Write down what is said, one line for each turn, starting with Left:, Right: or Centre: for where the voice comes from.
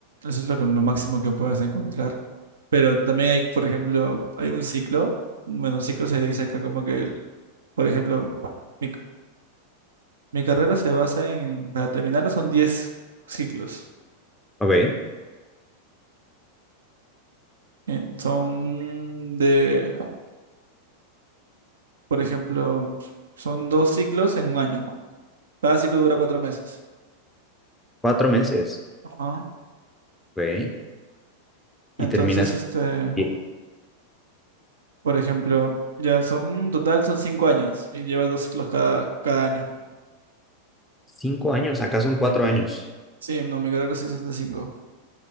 Right: es lo que, lo máximo que puedes encontrar. Pero también hay, por ejemplo, hay un ciclo. Bueno, ciclo se dice acá como que, el- por ejemplo, mi, mi carrera se basa en, para terminarla son diez ciclos.
Centre: Ok,
Right: En- son de, por ejemplo, son dos ciclos en un año. Cada ciclo dura cuatro meses.
Centre: cuatro meses.
Right: Ajá.
Centre: Ok,
Right: Entonces,
Centre: y terminas
Right: este,
Centre: bien.
Right: por ejemplo, ya son, total son cinco años y llevas dos ciclos cada, cada año.
Centre: cinco años, acá son cuatro años.
Right: Sí, no, mi carrera sí es 65.